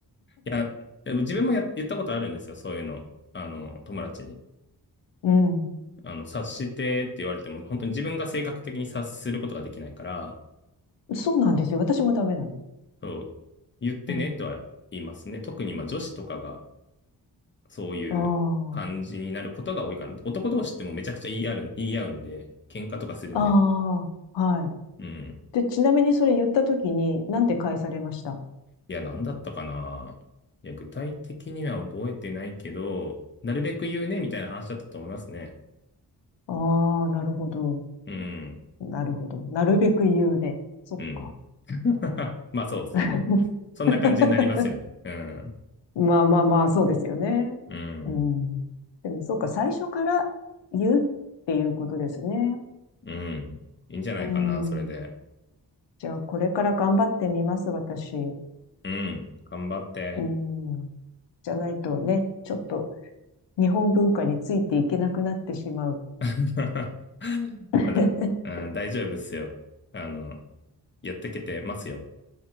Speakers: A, on the left; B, on the left.
A: いや、でも自分もや、言ったことあるんですよ、そういうの。あの、友達に。
B: うん。
A: あの、察してって言われても、本当に自分が性格的に察することができないから、
B: そうなんですよ。私もダメなの。
A: そう、言ってねとは言いますね。
B: うん。
A: 特に、まあ、女子とかが、そういう感じになることが多いかな。
B: あ
A: 男同士ってもうめちゃくちゃ言い合うん、言い合うんで、喧嘩とかするんで。
B: あ。ああ。はい。
A: うん。
B: で、ちなみにそれ言ったときに、なんて返されました
A: いや、なんだったかな。いや、具体的には覚えてないけど、なるべく言うね、みたいな話だったと思いますね。
B: ああ、なるほど。
A: うん。
B: なるほど。なるべく言うで。そっか。
A: うん。<laughs> まあ、そうですよね。
B: <laughs>
A: そんな感じになりますよね。うん。
B: まあまあまあ、そうですよね。
A: うん。
B: うん。でも、そうか、最初から言うっていうことですね。
A: うん。いいんじゃないかな、
B: うん。
A: それで。
B: じゃあ、これから頑張ってみます、私。
A: うん。頑張って。
B: うん。じゃないとね、ちょっと日本文化についていけなくなってしまう。
A: <laughs>
B: <laughs>
A: まだ、うん、大丈夫っすよ。あの、やってけてますよ。